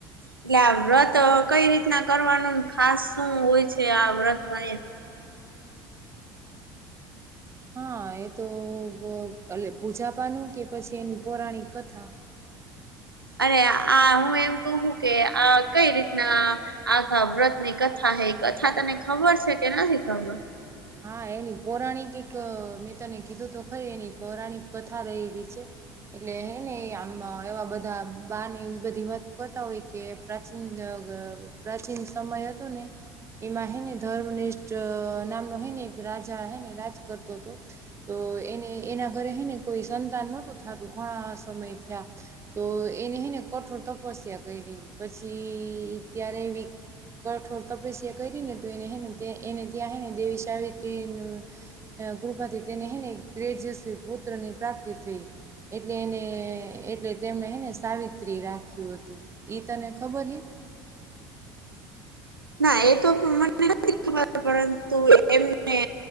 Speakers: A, on the right; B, on the right.
A: એટલે આ વ્રત કઈ રીતના કરવાનું ખાસ શું હોય છે આ વ્રતમાં એમ
B: હા એ તો અ ઓલી પૂજાપાનું કે પછી એની પૌરાણિક કથા
A: અરે આ હું એમ કવું કે આ કઈ રીતના આ આખા વ્રત ની કથા હા કથા તને ખબર છે કે નથી ખબર
B: હા એની પૌરાણિક એક મેં તને કીધું તો ખરી એની પૌરાણિક કથા રહેલી છે એટલે હે ને આમ એવા બધા બાર ને એવી બધી વાતો કરતા હોય કે પ્રાચીન પ્રાચીન સમય હતો ને એમાં હને ધર્મનિષ્ઠ નામ ને એક રાજા હેને રાજ કરતો હતો તો એને એના ઘરે હને કોઈ સંતાન નતું થતું ઘણા સમય થયા તો એને હને કઠોર તપસ્યા કરી પછી ત્યારે એવી કઠોર તપસ્યા કરી ને તો એનેને એને ત્યાં હ ને દેવી <unintelligible> કૃપાથી તેનેને ત્રેજસ પુત્ર ની પ્રાપ્તિ થઈ એટલે એને એટલે તેમણે એને સાવિત્રી રાખ્યું હતું ઈ તને ખબર હે
A: <inaudible> ના એ તો પ્રમાણે પરંતુ એમને